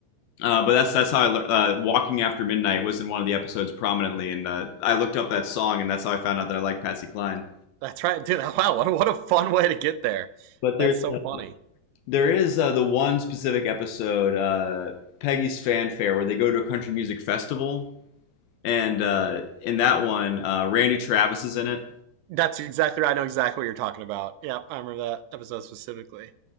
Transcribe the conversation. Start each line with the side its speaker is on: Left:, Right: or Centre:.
Left: Uh, but that's that's how I uh, Walking After Midnight was in one of the episodes prominently, and uh, I looked up that song, and that's how I found out that I like Patsy Cline.
Right: That's right, dude. <laughs> Wow, what a, what a fun way to get there.
Left: But
Right: That's
Left: there's
Right: so funny.
Left: There is uh, the one specific episode, uh, Peggy's Fanfare, where they go to a country music festival, and uh, in that one, uh, Randy Travis is in it,
Right: That's exactly. right. I know exactly what you're talking about. Yep, I remember that episode specifically.